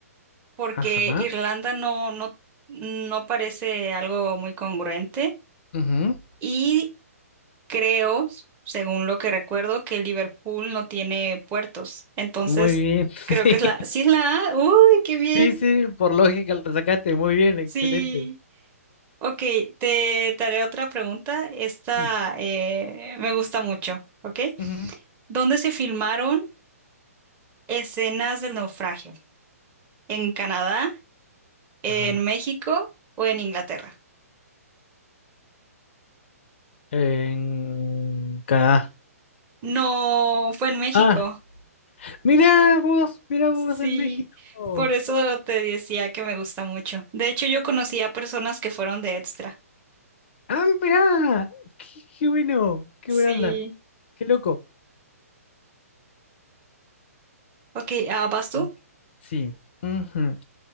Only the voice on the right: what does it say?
porque
Irlanda no, no, no parece algo muy congruente
y creo, según lo que recuerdo, que Liverpool no tiene puertos. Entonces,
creo que es la... Sí es la A. Uy, qué bien.
Sí, ok, te, te haré otra pregunta. Esta
eh, me gusta mucho, ¿ok?
¿Dónde se filmaron escenas del naufragio? ¿En Canadá, en
México o en Inglaterra?
No, fue en México.
Sí,
por eso te decía que me gusta mucho. De hecho, yo conocí a personas que fueron de extra.
Sí.
Ok, ah, ¿vas tú?